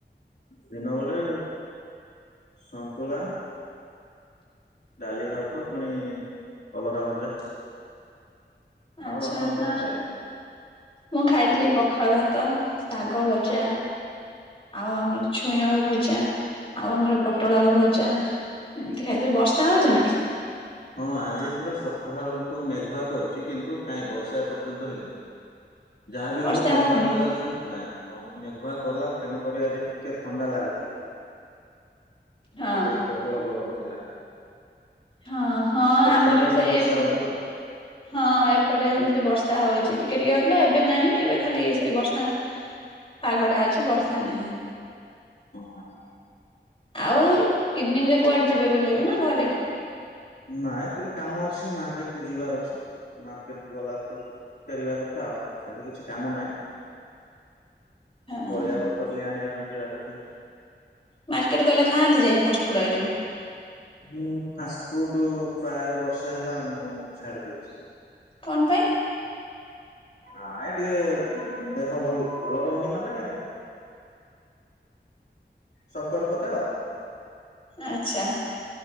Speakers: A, on the left; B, on the left.
A: ଦିନବେଳେ ସନ୍ତୁଳା ଡାଲି, ଭାତ ପୁଣି କଲରା ଭଜା। ଆଉ
B: ଆଚ୍ଛା
A: ଆପଣ
B: ହଁ।
A: କଣ ଖାଇଲେ?
B: ମୁଁ ଖାଇଥିଲି ପଖାଳ ଭାତ, ଶାଗ ଭଜା ଆଉ ଆମର ଛୁଇଁ ଆଳୁ ଭଜା। ଆଉ ଆମର
A: ହଁ
B: ପୋଟଳ
A: ହଁ
B: ଆଳୁ ଭଜା ଏମିତି ଖାଇଥିଲୁ। ବର୍ଷା ହେଉଛି ନା?
A: ହଁ ଆଜି ପୁରା ସକାଳ ତୁ ମେଘୁଆ କରିଛି କିନ୍ତୁ କାହିଁ ବର୍ଷା ଏ ପର୍ଯ୍ୟନ୍ତ ହେଇନି। ଯାହା ବି
B: ବର୍ଷା
A: ହଉ ମେଘୁଆ
B: ହଉନି
A: କଲା ଯୋଗୁ ନାଇଁ ମଗ ମେଘୁଆ କଲା ତେଣୁ କରି ଆଜି ଟିକେ ଥଣ୍ଡା ଲାଗୁଚି।
B: ହଁ
A: ନହେଲେ ପ୍ରବଳ ଗରମ। ଥିଲା।
B: ହଁ ହଁ
A: ସେପଟ
B: ଆମର
A: ସେପଟେ
B: ବି ସେଇ
A: ତ ବର୍ଷା
B: ଏପଟେ
A: ହଉଥିବ ଆଉ।
B: ହଁ ଏପଟେ ସେମିତି ବଷ୍ ର୍ଷା ହଉଛି ଟିକେ ଟିକେ ହଉଥିଲା ଏବେ ନାହିଁ ଏବେ ଖାଲି ସେ ବର୍ଷା ପାଗଟା ଅଛି ବର୍ଷା ନାହିଁ।
A: ହଁ ହଁ ହଁ।
B: ଆଉ ଇଭିନିଂ ରେ କୁଆଡେ ଯିବେ ବୁଲିଆ କୁ ନା ଘରେ?
A: ନାଇଁ ଟିକେ କାମ ଅଛି ମାର୍କେଟ କୁ ଯିବାର ଅଛି। ମାର୍କେଟ କୁ ଗଲା ପରେ ଫେରିବା କଥା। ଆଉ ସେମତି କିଛି କାମ ନାଇଁ।
B: ହଁ
A: ପରିବା ପତ୍ର ଟିକେ ଆଣିଆ ପାଇଁ ଯିବା କଥା।
B: ମାର୍କେଟ ଗଲେ ଖାଆନ୍ତି ଯାଇ ଫାଷ୍ଟ ଫୁଡ ଆଇଟମ?
A: ମୁଁ ଫାଷ୍ଟ ଫୁଡ ପ୍ରାୟେ ବର୍ଷେ ହେଲା ମୁଁ ଛାଡି ଦେଇଛି।
B: କଣ ପାଇଁ?
A: ନାଇ ଟିକେ ଦେହ ଭଲ ଭଲ ରହୁନି ମାନେ ସତର୍କତା ଆଉ।
B: ଆଚ୍ଛା।